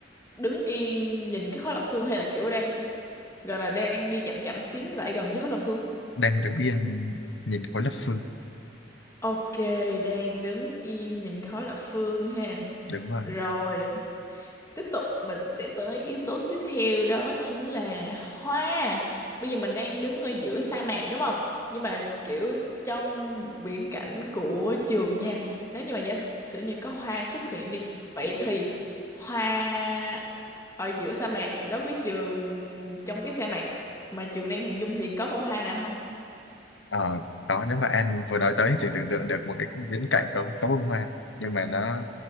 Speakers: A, on the left; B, on the left.
A: đứng yên nhìn cái khói lập phương hay là kiểu đang gọi là đang đi chậm chậm tiến lại gần cái khói lập phương?
B: đang đứng yên nhìn khối lập phương
A: Ok, đang đứng yên nhìn khói lập phương ha.
B: đúng rồi
A: Rồi. Tiếp tục mình sẽ tới yếu tố tiếp theo đó chính là hoa. Bây giờ mình đang đứng ở giữa sa mạc đúng không? Nhưng mà kiểu trong viễn cảnh của trường nha. Nếu như mà giả sử như có hoa xuất hiện đi, vậy thì hoa ở giữa sa mạc đối với trường trong cái sa mạc mà trường đang hình dung thì có bông hoa nào không?
B: Ờ, đó nếu mà An vừa nói tới thì trường tưởng tượng được một cái viễn cảnh có có bông hoa nhưng mà nó